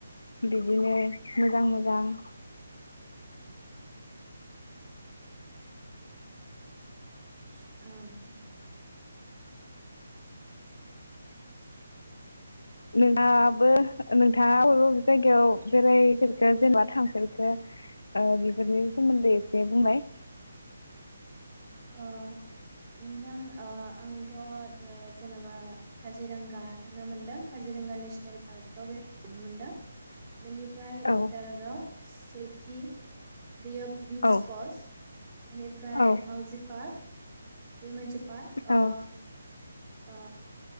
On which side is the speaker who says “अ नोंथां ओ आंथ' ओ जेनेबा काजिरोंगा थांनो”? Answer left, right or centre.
Right